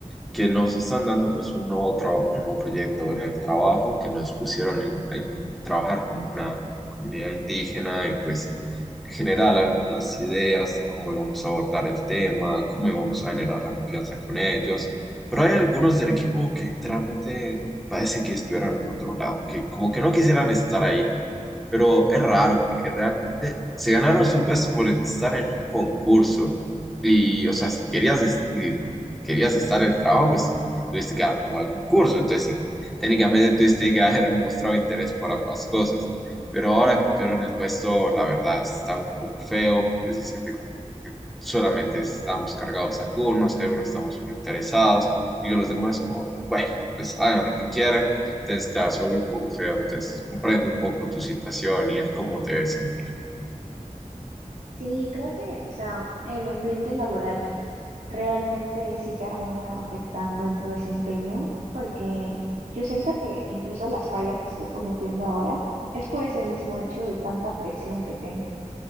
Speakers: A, in the centre; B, on the right.
A: que nos están dando pues un nuevo, tra- un nuevo proyecto en el trabajo, que nos pusieron en, en trabajar con una comunidad indígena y pues en general algunas ideas de cómo íbamos a abordar el tema, cómo íbamos a generar la confianza con ellos, pero hay algunos del equipo que literalmente parece que estuvieran en otro lado, que como que no quisieran estar ahí. Pero es raro porque realmente se ganaron su puesto por estar en un concurso. Y, o sea, si querías, es- si querías estar en el trabajo, pues tuviste que haber pasado el concurso. Entonces, sí, técnicamente tuviste que haber <laughs> mostrado interés por ambas cosas. Pero ahora
B: claro
A: que obtuvieron el puesto, la verdad está un poco feo porque se siente como que solamente estamos cargados algunos, que algunos estamos solo interesados y que los demás, como, bueno, pues hagan lo que quieran entonces te vas a volver un poco feo, entonces comprendo un poco tu situación y el cómo te debes sentir.
B: Sí, creo que, o sea, el ambiente laboral realmente sí termina afectando en tu desempeño, porque yo siento que incluso las fallas que estoy cometiendo ahora es por ese mismo hecho de tanta presión que tengo.